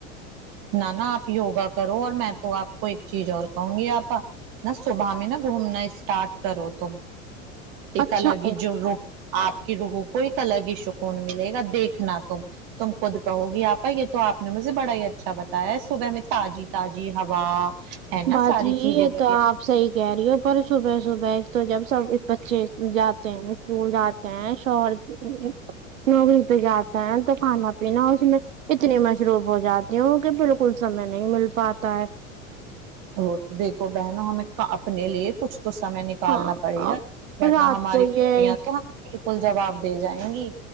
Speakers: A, on the right; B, on the right.
A: نہ نا آپ یوگا کرو اور میں تو آپ کو ایک چیز اور کہوں گی آپا نہ صبح میں نہا گھومنا اسٹارٹ کرو تم ایک
B: اچھا
A: الگ ہی جو ر آپ کے روحوں کو ایک الگ ہی سکون ملے گا دیکھنا تم تم خود کہو گی آپا یہ تو آپ نے مجھے بڑا ہی اچھا بتایا ہے صبح میں تازی تازی ہوا ہے نا
B: باجی
A: ساری
B: یہ
A: چیزیں بڑھیا
B: تو آپ صحیح کہہ رہی ہو پر صبح صبح تو جب سب بچے جات اسکول جاتے ہیں شوہر نوکری پہ جاتے تو کانا پینا او سی میں اتنی مشروب ہو جاتی کہ بالکل سمے نہیں مل پاتا ہے
A: وہ تو دیکھو بہنوں ہمیں اپنے لیے کچھ تو سمے نکالنا
B: ہاں
A: پڑے گا
B: اور رات
A: نا ہماری
B: کو یہ
A: بٹیاں تو ہم بالکل جواب دے جائیں گی